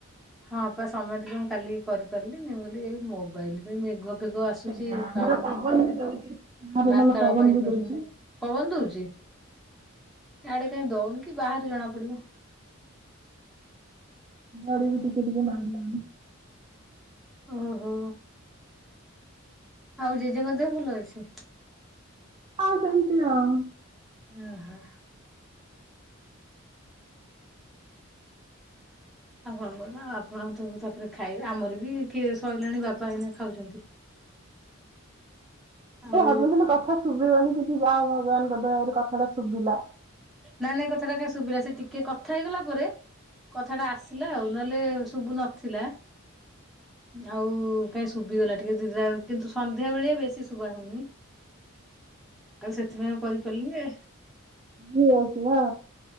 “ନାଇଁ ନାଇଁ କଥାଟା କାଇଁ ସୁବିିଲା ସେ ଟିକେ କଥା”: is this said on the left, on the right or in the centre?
Centre